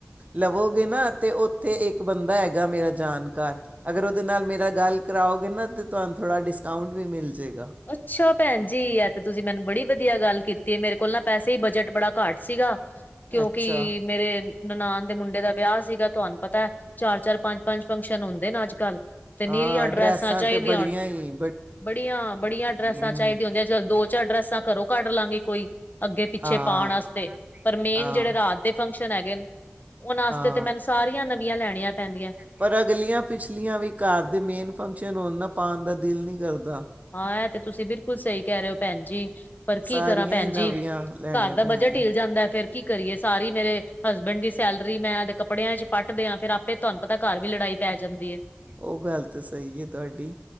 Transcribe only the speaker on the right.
ਲਵੋਗੇ ਨਾ ਅਤੇ ਉੱਥੇ ਇੱਕ ਬੰਦਾ ਹੈਗਾ ਮੇਰਾ ਜਾਣਕਾਰ। ਅਗਰ ਉਹਦੇ ਨਾਲ ਮੇਰਾ ਗੱਲ ਕਰਾਓਗੇ ਨਾ ਤਾਂ ਤੁਹਾਨੂੰ ਥੋੜ੍ਹਾ ਡਿਸਕਾਊਂਟ ਵੀ ਮਿਲ ਜੇਗਾ।
ਅੱਛਾ
ਹਾਂ
ਤੇ ਬੜੀਆਂ ਹੀ
ਹਮ,
ਹਾਂ
ਹਾਂ
ਹਾਂ
ਪਰ ਅਗਲੀਆਂ ਪਿਛਲੀਆਂ ਵੀ ਘਰ ਦੇ ਮੇਨ ਫੰਕਸ਼ਨ ਹੋਣ ਨਾ ਪਾਣ ਦਾ ਦਿਲ ਨੀ ਕਰਦਾ।
ਸਾਰੀਆਂ
ਹੀ ਨਵੀਆਂ
ਲੈਣੀਆਂ
ਪੈਂਦੀਆਂ
ਉਹ ਗੱਲ ਤਾਂ ਸਹੀ ਹੈ ਤੁਹਾਡੀ